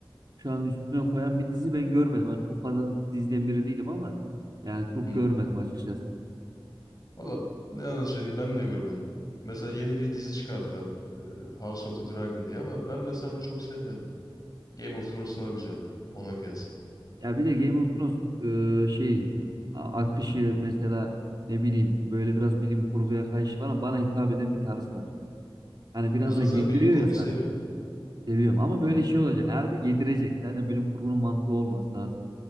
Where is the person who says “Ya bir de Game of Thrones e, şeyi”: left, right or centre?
Right